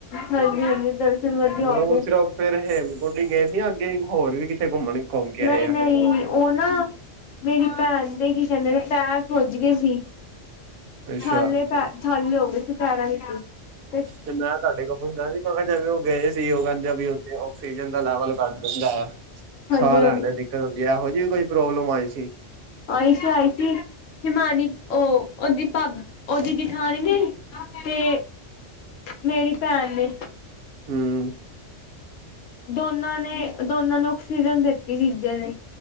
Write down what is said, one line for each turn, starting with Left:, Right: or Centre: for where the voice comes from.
Left: ਹਾਂਜੀ ਹਾਂਜੀ ਦਰਸ਼ਨ ਵਧੀਆ
Right: । ਮਤਲਬ
Left: ਹੋ ਗਏ।
Right: ਸਿਰਫ ਫੇਰ ਹੇਮਕੁੰਟ ਹੀ ਗਏ ਸੀ, ਅੱਗੇ ਹੋਰ ਵੀ ਕਿੱਥੇ ਘੁੰਮਣ ਘੁੰਮ ਕੇ
Left: ਨਹੀਂ
Right: ਆਏ ਆ
Left: ਨਹੀਂ ਉਹ ਨਾ ਮੇਰੀ ਭੈਣ ਦੇ ਕੀ ਕਹਿੰਦੇ, ਪੈਰ ਸੁੱਜ ਗਏ ਸੀ।
Right: ਅੱਛਾ
Left: ਛਾਲੇ ਪੈ ਛਾਲੇ ਹੋ ਗਏ ਸੀ ਪੈਰਾਾਂ ਚ। <unintelligible>
Right: ਤੇ ਮੈਂ ਤੁਹਾਡੇ ਕੋਲ ਪੁੱਛਦਾ ਸੀ ਮੈਂ ਕਿਹਾ ਜਿਵੇ ਉਹ ਗਏ ਸੀ ਉਹ ਕਹਿੰਦੇ ਵੀ ਉੱਥੇ ਆਕਸੀਜਨ ਦਾ ਲੈਵਲ ਘਟ ਹੁੰਦਾ ਐ
Left: ਹਾਂਜੀ
Right: ਸਾਹ
Left: ਹਾਂਜੀ
Right: ਲੈਣ ਲਈ ਦਿੱਕਤ ਹੁੰਦੀ ਹੈ ਇਹੋ ਜਿਹੀ ਕੋਈ ਪ੍ਰੋਬਲਮ ਪ੍ਰੋਬਲਮ ਆਈ ਸੀ
Left: ਆਈ ਸੀ ਆਈ ਸੀ ਹਿਮਾਨੀ ਉਹ ਓਦੀ ਭਾਭ ਓਦੀ ਜਠਾਣੀ ਨੇ ਤੇ ਮੇਰੀ ਭੈਣ ਨੇ
Right: ਹਮ
Left: ਦੋਨਾਂ ਨੇ ਦੋਨਾਂ ਨੂੰ ਆਕਸੀਜਨ ਦਿੱਤੀ ਤੀਜੇ ਦਿਨ